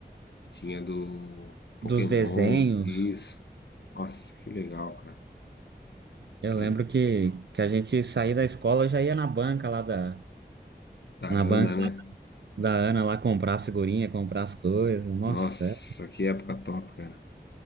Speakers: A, on the left (about 75°); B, on the right (about 80°).
A: tinha do Pokémon,
B: dos desenhos,
A: isso. Nossa, que legal, cara.
B: eu
A: Eu-
B: lembro que, que a gente saía da escola já ia na banca lá da
A: da
B: na
A: Ana,
B: banca
A: né?
B: da Ana lá comprar as figurinha, comprar as coisas. Nossa,
A: Nossa, que época top, cara.